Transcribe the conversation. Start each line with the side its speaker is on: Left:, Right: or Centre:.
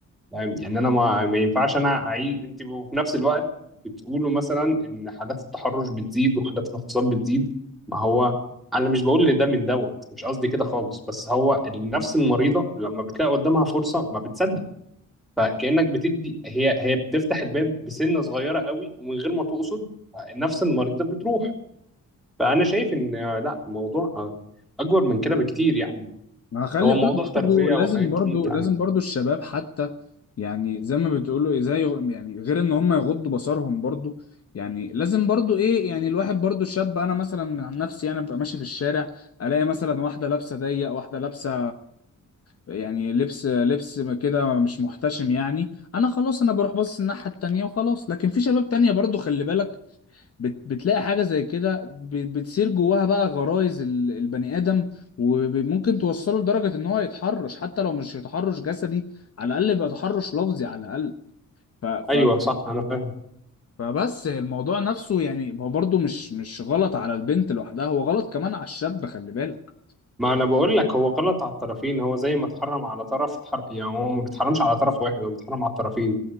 Centre: يعني انا ما, ما ينفعش انا اعيش انت وفي نفس الوقت بتقولوا مثلا ان حالات التحرش بتزيد وحالات الاغتصاب بتزيد ما هو انا مش بقول ان ده من دوت مش قصدي كده خالص بس هو النفس المريضه لما بتلاقي قدامها فرصه ما بتصدق فكانك بتدي هي هي بتفتح الباب بسنه صغيره قوي ومن غير ما تقصد النفس المريضه بتروح فانا شايف ان آه، لا الموضوع آه، اكبر من كده بكتير يعني
Left: ما خلي
Centre: هو موضوع
Left: بالك
Centre: تربيه
Left: برضو لازم
Centre: وحاجات
Left: برضو
Centre: كتير يعني
Left: لازم برضو الشباب حتى يعني زي ما بتقولوا ايه زي يعني غير ان هم يغضوا بصرهم برضو يعني لازم برضو ايه يعني الواحد برضو الشاب انا مثلا عن نفسي انا ببقى ماشي في الشارع الاقي مثلا واحده لابسه ضيق واحده لابسه يعني لبس لبس كده مش محتشم يعني انا خلاص انا بروح باصص الناحيه التانيه وخلاص لكن في شباب تانيه برضو خلي بالك بت... بتلاقي حاجة زي كده ب... بتصير جواها بقى غرائز ال... البني آدم وممكن توصله لدرجة إن هو يتحرش حتى لو مش يتحرش جسدي على الأقل يبقى تحرش لفظي على الأقل ف... ف...
Centre: ايوه صح انا فاهم
Left: فبس الموضوع نفسه يعني هو برضه مش مش غلط على البنت لوحدها هو غلط كمان على الشاب خلي بالك
Centre: ما انا بقول لك هو غلط على الطرفين هو زي ما اتحرم على طرف اتحر... يعني هو ما بيتحرمش على طرف واحد هو بيتحرم على الطرفين